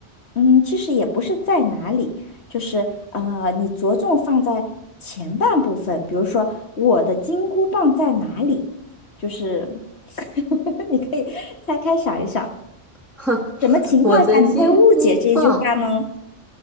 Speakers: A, on the left; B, in the centre.
A: 嗯，其实也不是在哪里，就是呃，你着重放在前半部分，比如说我的金箍棒在哪里，就是 <laughs> 你可以拆开想一想，
B: <laughs> 哼，
A: 什么情况下你会误解这一句话呢？
B: 我的金箍棒，